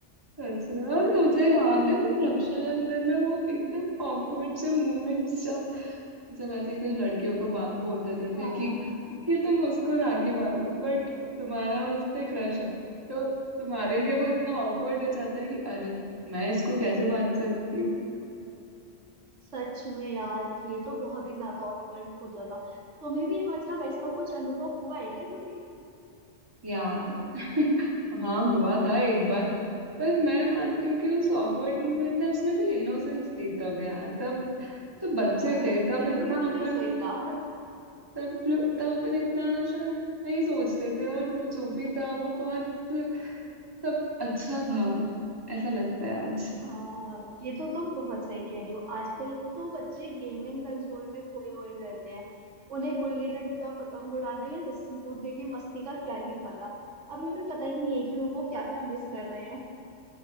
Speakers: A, on the right; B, on the right.
A: अच्छा और तुझे याद है वो रक्षाबंधन में वो एकदम ऑकवर्ड से मोमेंट्स जब सब ऐसे कोई लड़कियों को बा- बोल देते
B: हाँ
A: थे कि कि तुम उसको राखी बांध लो बट तुम्हारा उस पे क्रश है तो तुम्हारे लिए वो इतना ऑकवर्ड हो जाता है कि अरे मैं इसको कैसे बांध सकती हूँ
B: सच में यार ये तो बहुत ही ज्यादा ऑकवर्ड होता था तुम्हें भी मतलब ऐसा कुछ अनुभव हुआ है क्या कभी
A: यार <laughs> हाँ हुआ था एक बार बट मैं मानती हूँ कि उस ऑकवर्डनेस में भी इनोसेंस थी तब यार तब तो बच्चे
B: हाँ
A: थे
B: ये
A: तब इतना
B: तो तुमने
A: अपन
B: सही कहा
A: तब लो- तब अपन इतना शायद नहीं सोचते थे और वो जो भी था वो बहुत सब अच्छा था ऐसा लगता है आज
B: हाँ ये तो तुम बहुत सही कह रही हो आजकल तो बच्चे गेमिंग कंसोल में खोए हुए रहते हैं उन्हें गुल्ली डंडा पतंग उड़ाना या रस्सी कूदने की मस्ती का क्या ही पता अभी उन्हें पता ही नहीं है कि वो क्या क्या मिस कर रहे हैं